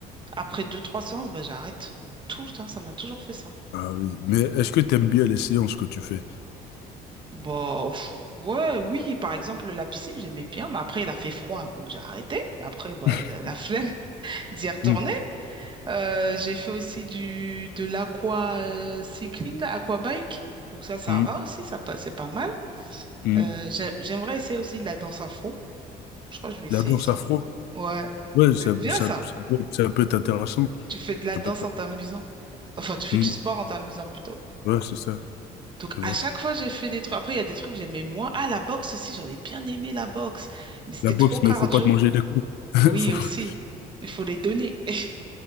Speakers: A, on the right; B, on the left.
A: Après deux, trois séances, ben, j'arrête. Tout le temps, ça m'a toujours fait ça.
B: Ah oui. Mais est-ce que tu aimes bien les séances que tu fais?
A: Bah, pff, ouais, oui, par exemple, la piscine, j'aimais bien, mais après, il a fait froid, donc j'ai arrêté. Après, bah,
B: <laughs>
A: j'ai la flemme <laughs> d'y retourner.
B: Hmm,
A: Euh, j'ai fait aussi du, de l'aqua euh, cycling, là, aquabike. Donc ça, ça
B: hmm,
A: va aussi, ça, pa- c'est pas mal.
B: hmm.
A: Euh, j'ai- j'aimerais essayer aussi de la danse afro. Je crois que je vais essayer
B: La danse
A: ça.
B: afro?
A: Ouais,
B: Ouais,
A: c'est
B: ça,
A: bien
B: ça,
A: ça.
B: ça peut être ça peut être intéressant.
A: Tu fais de la
B: Ça
A: danse
B: peut être-
A: en t'amusant. Enfin, tu fais
B: Hmm.
A: du sport en t'amusant plutôt.
B: Ouais, c'est ça,
A: Donc,
B: c'est
A: à
B: vrai.
A: chaque fois, j'ai fait des trucs. Après, il y a des trucs que j'aimais moins. Ah, la boxe aussi, j'avais bien aimé la boxe mais c'était
B: La boxe,
A: trop cardio.
B: mais il faut pas te manger des coups. <laughs>
A: Oui,
B: Faut
A: aussi.
B: pas-
A: Il faut les donner. <laughs>